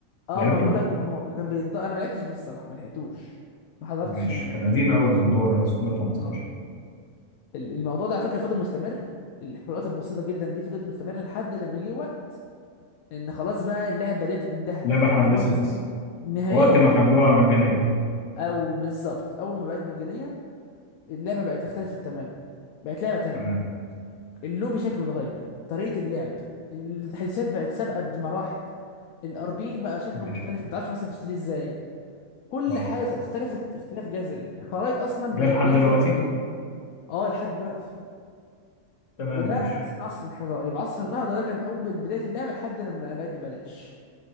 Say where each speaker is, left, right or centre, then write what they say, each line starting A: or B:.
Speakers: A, on the left; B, on the left.
A: اه
B: لعبته
A: ما بقول لك ما هو كان بيض... انا ما لعبتش بيه الصراحه ما لحقتوش ما حضرتش
B: ماشي
A: يعني الاسبوع
B: كان قديم
A: 15
B: قوي الموضوع
A: ده
B: ده سكوب ال 15
A: اه ال- الموضوع ده على فكره فضل مستمر الفروقات البسيطه جدا دي فضلت مستمره لحد لما جه وقت ان خلاص بقى اللعبه ديت انتهت
B: لعبه
A: يعني
B: اتحدثت
A: يعتبر ستيم نهائيا
B: وقت ما خلوها مجانية
A: او بالظبط اول ما بقت مجانيه اللعبه بقت اختلفت تماما بقت لعبه تانية
B: تمام
A: اللوبي شكله اتغير طريقة اللعب التحديثات بقت سابقة بمراحل الار بي بقى شكله
B: ماشي
A: مختلف ما تعرفش اصلا تشتريه ازاي كل
B: اه
A: حاجة اختلفت اختلاف جذري الخرايط اصلا
B: ده
A: بقت
B: لحد
A: بينزل
B: دلوقتي
A: خرايط اه لحد دلوقتي
B: تمام
A: وده
B: ماشي
A: نفس من عصر الانحدار يبقى عصر النهضة ده كان اول بداية اللعبة لحد لما بقت ببلاش